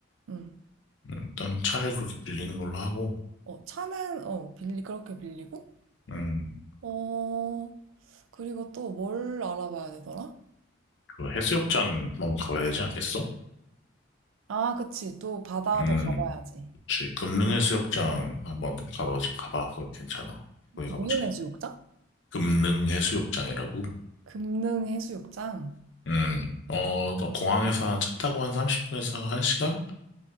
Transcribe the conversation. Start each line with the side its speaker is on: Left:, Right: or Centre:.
Right: 응.
Left: 일단 차를 그렇게 빌리는 걸로 하고,
Right: 어, 차는, 어, 빌리, 그렇게 빌리고,
Left: 음,
Right: 어, 그리고 또 뭘 알아봐야 되더라?
Left: 그 해수욕장 한번 가봐야 되지 않겠어?
Right: 아, 그치. 또 바다도
Left: 음,
Right: 가봐야지.
Left: 그치. 금능 해수욕장 한번 가보자, 가봐. 거기 괜찮아. 거기
Right: 무슨
Left: 가보자.
Right: 해수욕장?
Left: 금능 해수욕장이라고.
Right: 금능 해수욕장.
Left: 음, 어, 너 공항에서 차 타고 한 30분에서 1시간쯤